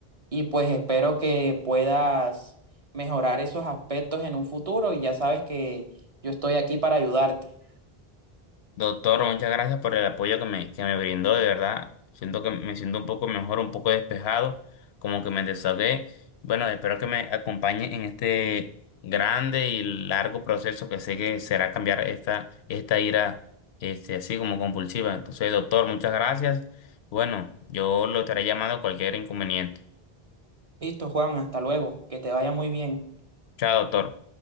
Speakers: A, on the right; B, on the left.
A: y pues espero que puedas mejorar esos aspectos en un futuro y ya sabes que yo estoy aquí para ayudarte.
B: Doctor, muchas gracias por el apoyo que me, que me brindó, de verdad. Siento que me siento un poco mejor, un poco despejado, como que me desahogué. Bueno, espero que me acompañe en este grande y largo proceso que sé que será cambiar esta, esta ira, este, así como compulsiva. Entonces, doctor, muchas gracias. Bueno, yo lo estaré llamando cualquier inconveniente.
A: Listo, Juan, hasta luego, que te vaya muy bien.
B: Chao, doctor.